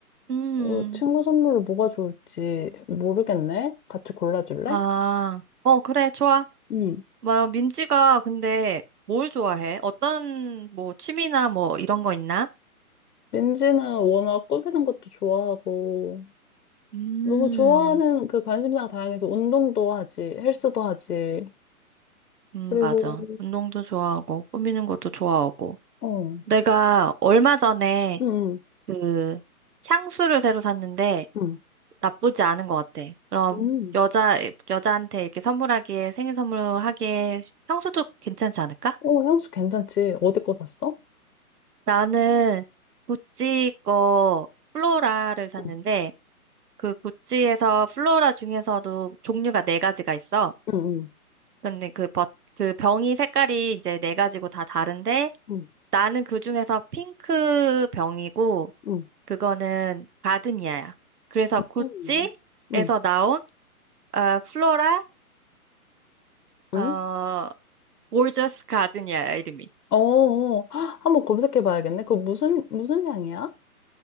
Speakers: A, on the right (about 80°); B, on the left (about 80°).
A: 음,
B: 어, 친구 선물로 뭐가 좋을지 모르겠네? 같이 골라줄래?
A: 아, 어, 그래, 좋아.
B: 응.
A: 뭐, 민지가 근데 뭘 좋아해? 어떤, 뭐, 취미나 뭐, 이런 거 있나?
B: 민지는 워낙 꾸미는 것도 좋아하고,
A: 음,
B: 너무 좋아하는 그 관심사가 다양해서 운동도 하지, 헬스도 하지,
A: 음,
B: 그리고,
A: 맞아. 운동도 좋아하고, 꾸미는 것도 좋아하고.
B: 어,
A: 내가 얼마 전에
B: 응, 응,
A: 그, 향수를 새로 샀는데,
B: 응.
A: 나쁘지 않은 것 같아. 그럼,
B: 음.
A: 여자, 여자한테 이렇게 선물하기에, 생일 선물하기에, 향수도 괜찮지 않을까?
B: 어, 향수 괜찮지? 어디 거 샀어?
A: 나는 구찌 거 플로라를 샀는데
B: 응.
A: 그 구찌에서 플로라 중에서도 종류가 네 가지가 있어.
B: 응,
A: 근데 그 버, 그 병이 색깔이 이제 네 가지고 다 다른데
B: 응,
A: 나는 그 중에서 핑크 병이고
B: 응,
A: 그거는 가드니아야. 그래서 구찌에서
B: 응 응,
A: 나온 어, 플로라
B: 응.
A: 어 골저스 가드니아야 이름이.
B: 어, 어. 한번 검색해 봐야겠네. 그거 무슨, 무슨 향이야?